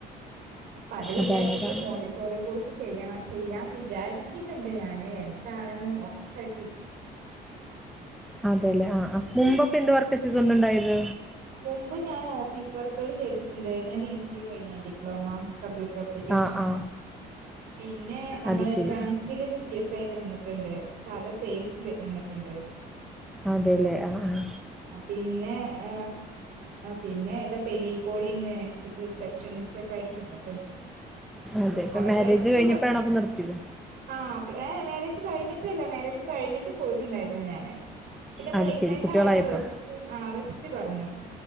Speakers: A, on the right; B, in the centre.
A: അത് വിചാരിച്ചിട്ട്
B: അതാണ് അതാണ്
A: മോൻ്റെ ചെറിയ കോഴ്സ് ചെയ്യണം ചെയ്യാൻ വിചാരിക്കുന്നുണ്ട് ഞാന് എന്താണെന്ന് ഉറപ്പാക്കി
B: അതെ അല്ലെ ആഹ മുമ്പ്പ്പൊ എന്ത് വർക്ക് ചെയ്തുകൊണ്ട ഉണ്ടായത്
A: മുമ്പ് ഞാൻ ഓഫീസ് വർക്കുകൾ ചെയ്തിട്ടുണ്ട്. ഞൻ ഡി സി എ കഴിഞ്ഞതാണ് ഡിപ്ലോമ കമ്പ്യൂട്ടർ വെക്കേഷന്
B: ആ ആ
A: പിന്നെ നമ്മള്
B: അത് ശരി
A: ട്രൻസില് സിയസ് ആയിട്ട് നിന്നിട്ട് ഉണ്ട് സാധാ സെയിൽസിൽ നിന്നിട്ടുണ്ട്
B: അതെല്ലേ ആ ആഹ
A: പിന്നെ ഹ പിന്നെതാ ടെലികോളിംഗ് റിസപ്ഷനിസ്റ്റ് സയിൽസായിട്ട് നിന്നിട്ടുണ്ട്
B: അതെ ഇപ്പം
A: കൊറെ
B: മാരേജ്
A: പ്ലസ്ടു
B: കഴിഞ്ഞപ്പോഴാണോ
A: പ
B: ഒക്കെ നിർത്തിയത്
A: ആഹ ഏ മാരേജ് കഴിഞ്ഞപ്പഴല്ല മാരേജ് കഴിഞ്ഞിട്ടും പോയിട്ടുണ്ടായിരുന്നു ഞാാന് പിന്നെ
B: അത്
A: പ്രഗ്നന്റ്
B: ശരി കുട്ടികളായപ്പോ
A: ആയപ്പോ റസ്റ്റ് പറഞ്ഞു